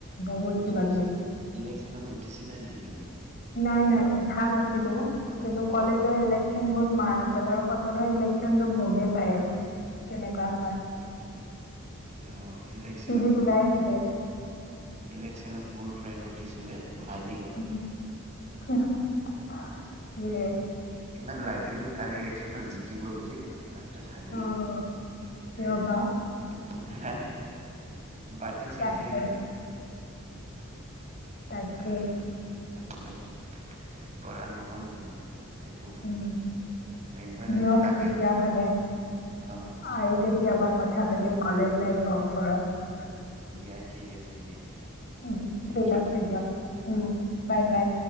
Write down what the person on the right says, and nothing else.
ইলেক্ছন, ইলেকছনত উঠিছিলা নেকি? তুমি
অ
অঁ ইলেকছনত
মোৰ,
ইলেকছনত মোৰ ফ্ৰেণ্ড উঠিছিলে। হাৰি গ'ল
ইমান লাগিলো তাৰ ইলেকশ্যনত জিকিব বুলি লাষ্টত হাৰিয়ে
গল
সেই
হা পাৰ্টি চেঞ্জ
হৈ গ'ল
আৰু তাৰপিছত পঢ়া নহল তেনেকুৱা একো
একবাৰে
তাকে
অ
হ'ল
দিয়া ঠিক আছে দিয়া
থেংক
ইউ